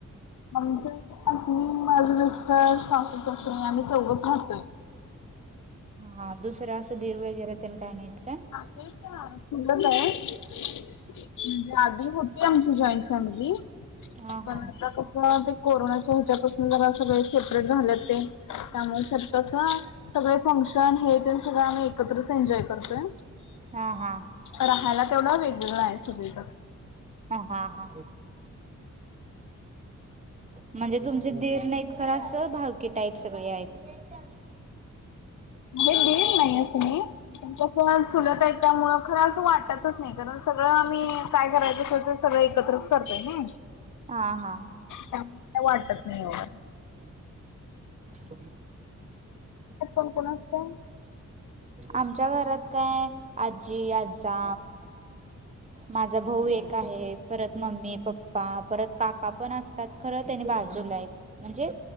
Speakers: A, on the left; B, on the right.
A: म्हणज मी माझे मिस्टर शास अस आणि चौघं राहतोय
B: हा दुसरं असं दीर वगैरे त्यांनी काय नाहीत का
A: आहे काुल आहे म्हणजे आधी होती आमची जॉईंट फॅमिली
B: हा
A: पण
B: हा
A: आता कस ते कोरोनाच्या हुच्यापासून जरा सगळे सेपरेट झाले ते त्यामुळे कस सगळे फंक्शन हे ते सगळं आम्ही एकत्रच एन्जॉय करतोय
B: हा हा
A: राहायला तेवढा वेगवेगळ आहे सगच
B: ह हा हा म्हणजे तुमचे दीर नाहीत खर अस भावकी टाईप सगळे आहेत
A: म्हण देन नाही असं मी कसं सुलत आहेत त्यामुळं खरं असं वाटतचंच नाही कारण सगळं आम्ही काय करायचं अस ते सगळं एकत्रच करतय ना
B: हा हा.
A: त्या का वाटतत नाही एढ
B: चलीलीच्या
A: कोण कोण असतं?
B: आमच्या घरात काय आजी आजजा माझा भाऊ एक आहे परत मम्मी पप् पा परत काका पण असतात खरं त्यां त्यानी बाजूला म्हणजे